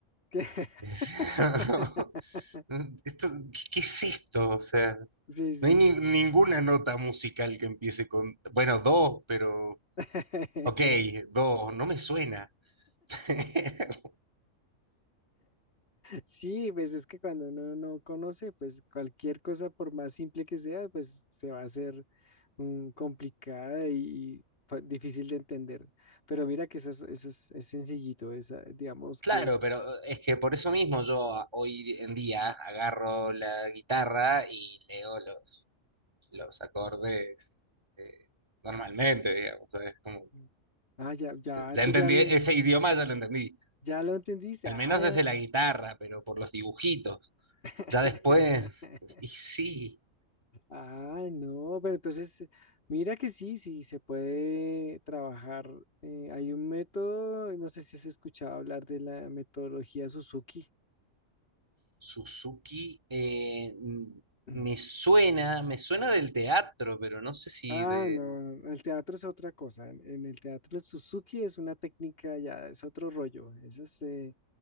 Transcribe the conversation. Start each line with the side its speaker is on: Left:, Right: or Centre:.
Left: ¿Qué?
Right: <laughs>
Left: <laughs>
Right: Esto- ¿qué es esto? O sea,
Left: Sí, sí.
Right: no hay ni- ninguna nota musical que empiece con, bueno, do, pero,
Left: <laughs>
Right: ok, do, no me suena. <laughs>
Left: Sí, pues es que cuando uno no conoce, pues cualquier cosa, por más simple que sea, pues se va a hacer mm, complicada y fa- difícil de entender. Pero mira que eso es, eso es, es sencillito, esa, digamos
Right: Claro,
Left: que,
Right: pero es que por eso mismo yo a- hoy en día agarro la guitarra y leo los, los acordes eh, normalmente, digamos. o sea, es como,
Left: mm, ah, ya, ya,
Right: ya
Left: tú
Right: entendí,
Left: ya le,
Right: ese idioma ya lo entendí,
Left: ya lo entendiste.
Right: al
Left: Ah,
Right: menos desde la guitarra, pero por los dibujitos.
Left: ya. <laughs>
Right: Ya después, y sí,
Left: Ah, no, pero entonces, mira que sí, sí, se puede trabajar. Eh, hay un método, no sé si has escuchado hablar de la metodología Suzuki.
Right: Suzuki eh, m-
Left: Mm.
Right: me suena, me suena del teatro, pero no sé si
Left: Ah,
Right: de...
Left: no, no, el teatro es otra cosa. En, en el teatro Suzuki es una técnica ya, es otro rollo. Eso es, eh,